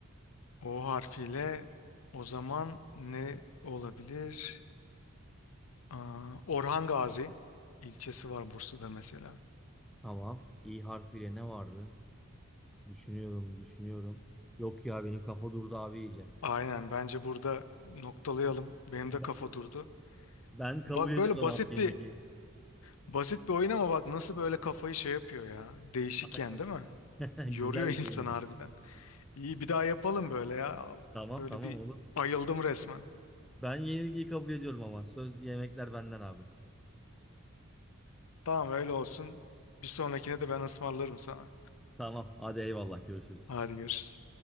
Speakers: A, on the left; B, in the centre.
A: O harfiyle o zaman ne olabilir? Aa, Orhan Gazi ilçesi var Bursa'da mesela.
B: Tamam. İ harfiyle ne vardı? Düşünüyorum, düşünüyorum. Yok ya benim kafa durdu abi iyice.
A: Aynen bence burada noktalayalım. Benim
B: Ben
A: de kafa durdu.
B: Ben kabul
A: Bak
B: ediyorum
A: böyle basit
B: abi yenilgiyi.
A: bir basit bir oyun ama bak nasıl böyle kafayı şey yapıyor ya. Değişik
B: Aynen.
A: yani değil mi? Yoruyor
B: <laughs> Güzel
A: <laughs>
B: bir
A: insan
B: oyun
A: harbiden.
B: ama.
A: İyi bir daha yapalım böyle ya.
B: Tamam
A: Böyle
B: tamam
A: bir
B: oğlum.
A: ayıldım resmen.
B: Ben yenilgiyi kabul ediyorum ama. Söz yemekler benden abi.
A: Tamam öyle olsun. Bir sonrakine de ben ısmarlarım sana.
B: Tamam hadi eyvallah görüşürüz.
A: Hadi görüşürüz.